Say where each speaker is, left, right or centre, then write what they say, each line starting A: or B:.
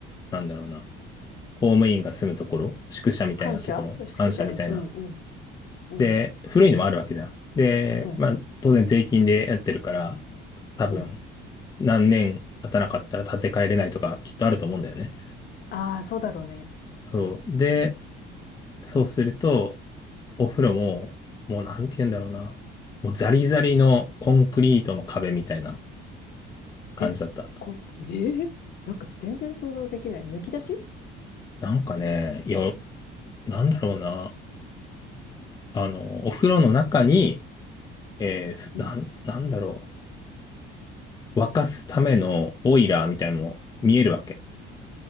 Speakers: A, on the left; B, on the left.
A: なんだろうな、公務員が住むところ、宿舎みたいなところ、
B: 感謝宿舎みたいな。
A: 官舎みたいな。
B: うんうん。うん。
A: で、古いのもあるわけじゃん。で、
B: うん。
A: まあ、当然税金でやってるから、多分、
B: うん。
A: 何年経たなかったら建て替えれないとか、きっとあると思うんだよね。
B: ああ、そうだろうね。
A: そう。で、そうすると、お風呂も、もうなんて言うんだろうな、もうザリザリのコンクリートの壁みたいな。感じだった。
B: え、こ、ええなんか全然想像できない。むき出し
A: なんかね、いや、なんだろうな。あの、お風呂の中に、えーふなん、
B: うん。
A: なんだろう。沸かすためのボイラーみたいのも見えるわけ。